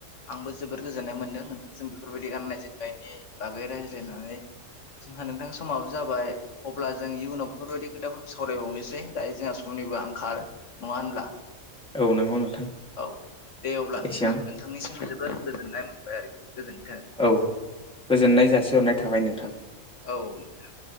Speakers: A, on the left (about 65°); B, in the centre.
A: आंबो जबोद गोजोननाय मोन्दों नोंथांजों बेफोरबायदि गाननाय जोमनायनि बागै रायज्लायनानै जोंहा नोंथां समाबो जाबाय अब्ला जों इयुनाव बेफोरबायदि खोथाफोरखौ सावरायबावनोसै दायो जोंहा समनिबो आंखाल नङा होनब्ला
B: औ नंगौ नोंथां
A: औ दे अब्ला
B: एसेयावनो
A: नोंथां नोंथांनिसिम जोबोर गोजोननाय मोनबाय आरोखि गोजोन्थों
B: औ गोजोननाय जासिहरनाय थाबाय नोंथां
A: औ नोंथां